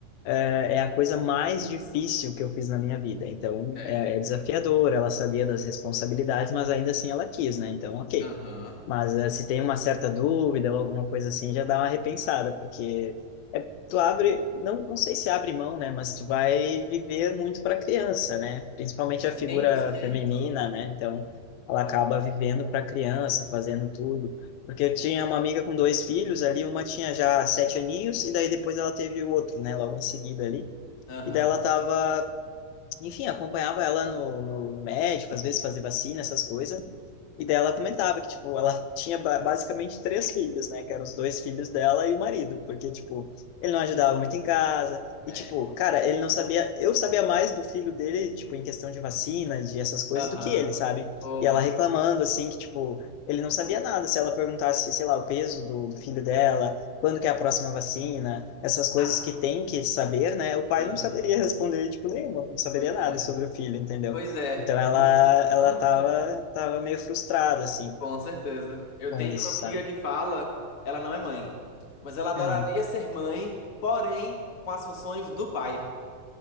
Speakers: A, on the left; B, on the left.
A: é é a coisa mais difícil que eu fiz na minha vida. Então,
B: é.
A: é, é desafiador, ela sabia das responsabilidades, mas ainda assim ela quis, né? Então, OK.
B: Aham.
A: Mas eh, se tem uma certa dúvida ou alguma coisa assim, já dá uma repensada, porque tu abre, não, não sei se abre mão, né? Mas tu vai viver muito para a criança, né? Principalmente a figura
B: cem por cento.
A: feminina, né? Então, ela acaba vivendo para a criança, fazendo tudo. Porque eu tinha uma amiga com dois filhos ali, uma tinha já sete aninhos, e daí depois ela teve o outro, né? Logo em seguida ali.
B: Aham,
A: E daí ela tava enfim, acompanhava ela no, no médico, às vezes fazia vacina, essas coisas. E daí ela comentava que, tipo, ela tinha ba- basicamente três filhos, né? Que eram os dois filhos dela e o marido. Porque, tipo, ele não ajudava muito em casa. E,
B: é.
A: tipo, cara, ele não sabia... Eu sabia mais do filho dele, tipo, em questão de vacina, de essas coisas,
B: Aham.
A: do que ele, sabe?
B: Ô,
A: E
B: Mar-
A: ela reclamando, assim, que, tipo, ele não sabia nada. Se ela perguntasse, sei lá, o peso do, do filho dela, quando que é a próxima vacina, essas coisas
B: nada.
A: que tem que saber, né? O pai
B: Aham.
A: não saberia responder, tipo, nenhuma, não saberia
B: Pois
A: nada
B: é.
A: sobre o filho, entendeu?
B: Pois é.
A: Então ela,
B: E a-
A: ela
B: Hã?
A: tava, tava meio frustrada, assim,
B: Com certeza. Eu
A: com
B: tenho
A: isso,
B: uma amiga
A: sabe?
B: que fala, ela não é mãe, mas ela adoraria
A: Uhum.
B: ser mãe, porém com as funções do pai.